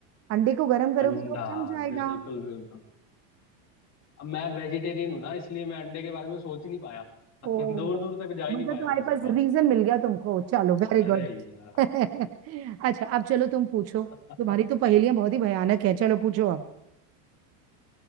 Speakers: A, on the right; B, on the left.
A: अंडे को गर्म करोगे
B: अंडा
A: तो वो जम जाएगा
B: बिल्कुल बिल्कुल अब मैं वेजिटेरियन हूं ना इसलिए मैं अंडे के बारे में सोच ही नहीं पाया
A: ओ
B: <laughs> दूर दूर तक जा ही
A: मतलब
B: नहीं पाया
A: तुम्हारे
B: मैं उसके
A: पास
B: पास
A: रीजन मिल गया तुमको चलो
B: अरे
A: वेरी गुड
B: यार
A: <laughs> अच्छा अब चलो तुम पूछो
B: <laughs>
A: तुम्हारी तो पहेलियां बहुत ही भयानक है चलो पूछो अब